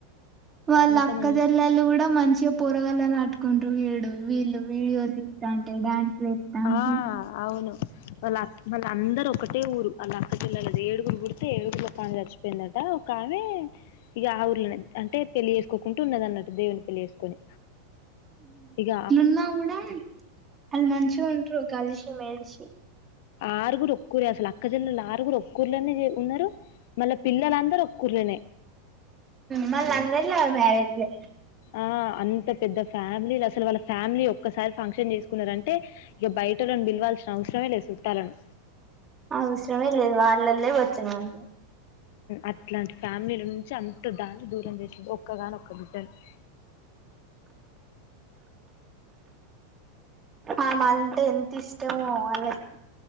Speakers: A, on the right; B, on the left.
A: వాళ్ళ
B: అంత
A: అక్క
B: మంది
A: చెల్లలు కూడా మంచిగా పోరగాల నటుకుంటు చూడు వీళ్ళు వీడియోస్ తీస్తాంటే అంటే డ్యాన్స్లు వేస్తాంటే
B: ఆ అవును వాళ్ళ అ వాళ్ళ అందరు ఒకటే ఊరు వాళ్ళ అక్కచెల్లెలేది ఏడుగురు పుడితే ఏడుగురు లొ ఒకఆమె చచ్చిపోయిందట కానీ ఇక ఆ ఊర్లని అంటే పెళ్లి చేేసుకోకుంటూ ఉన్నద అన్నట్టు దేవుని పెళ్లి చేేసుకొని ఇగ
A: న్నా కూడా వాళ్ళు మంచిగా ఉంటారు కలిసి మెలిసి
B: ఆరుగురు ఒక్కూరే అసలు అక్కజెల్లలు ఆరుగురు ఒక్కూరులోనే ఉన్నారు మళ్ళీ పిల్లలంత రొక్కూర్లేనే
A: మళ్ళ అందర్లా మ్యారేజ్లే
B: ఆ అంత పెద్ద ఫ్యామిలీలు అసలు వాళ్ళ ఫ్యామిలీ ఒక్కసారి ఫంక్షన్ చేసుకున్నారంటే టే ఇక బయటలను పిలవాల్సిన అవసరమే లే చుట్టాలను
A: అవసరమే లేదు వాళ్ళల్లో వచ్చిన వాళ్ళు
B: అట్లాంటి ఫ్యామిలీల నుంచి అంత దాన్ని దూరం చేసింది ఒక్కగాని ఒక్క బిడ్డని <inaudible>
A: ఆ మంటే ఎంత ఇష్టమో వాళ్ళకి